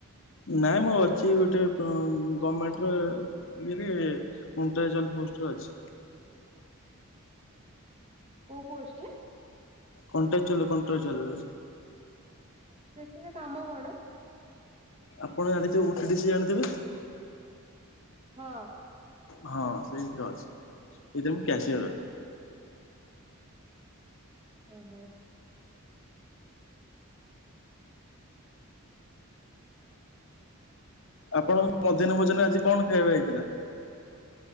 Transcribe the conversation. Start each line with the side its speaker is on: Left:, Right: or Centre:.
Left: ନାଇଁ ମୁଁ ଅଛି ଗୋଟେ ମ୍ ଗମେଣ୍ଟରେ ଇଏରେ କଣ୍ଟାଏଜନ ପୋଷ୍ଟରେ ଅଛି।
Right: କୋଉ ପୋଷ୍ଟରେ?
Left: କଣ୍ଟ୍ରାଚୁଆଲରେ, କଣ୍ଟ୍ରାଚୁଆଲରେ ଅଛି।
Right: ସେଥିରେ କାମ କଣ?
Left: ଆପଣ ଜାଣିଥିବେ ଗୋଟେ ଡିସ୍ ଜାଣିଥିବେ।
Right: ହଁ।
Left: ହଁ ସେଇଥିରେ ଅଛି ସେଇଥିରେ ମୁଁ କ୍ୟାସିୟର ଅ
Right: ଓହୋ।
Left: ଆପଣଙ୍କ ମଧ୍ୟାହ୍ନ ଭୋଜନରେ ଆଜି କଣ ଖାଇବା ହେଇଥିଲା?